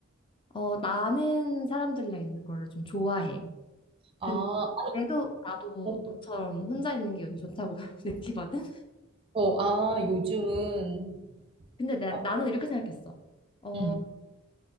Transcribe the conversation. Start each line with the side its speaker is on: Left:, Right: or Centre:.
Left: 어, 나는 사람들이랑 있는 거를 좀 좋아해.
Right: 아,
Left: 근데도
Right: 어,
Left: 나도
Right: 어,
Left: 너처럼 혼자 있는 게 요즘 좋다고 <laughs> 느끼거든.
Right: 어, 아, 요즘은,
Left: 근데 나,
Right: 아,
Left: 나는 이렇게 생각했어. 어,
Right: 응